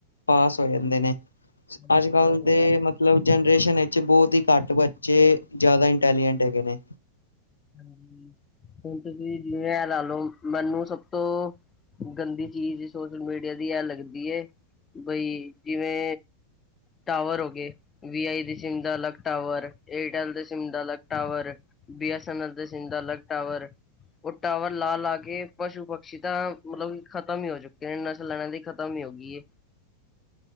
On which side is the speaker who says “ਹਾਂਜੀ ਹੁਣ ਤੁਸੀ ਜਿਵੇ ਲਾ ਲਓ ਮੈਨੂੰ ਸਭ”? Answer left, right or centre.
Left